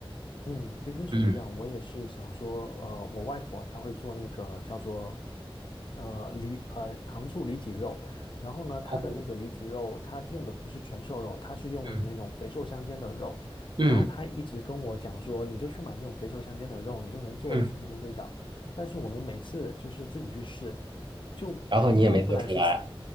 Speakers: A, on the left; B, on the right.
A: 嗯，其实是一样，
B: 嗯，
A: 我也是想说，呃，我外婆她会做那个叫做，呃，里呃糖醋里脊肉，然后呢，她的那个里脊肉，
B: 好
A: 她用的不是纯瘦肉，她是用的那种肥瘦相间的肉，
B: 嗯嗯
A: 然后她一直跟我讲说，你就去买那种肥瘦相间的肉，你就能做得出那个味道。
B: 嗯。
A: 但是我们每次就是自己去试，就肉不然是，
B: 然后你也没做出来，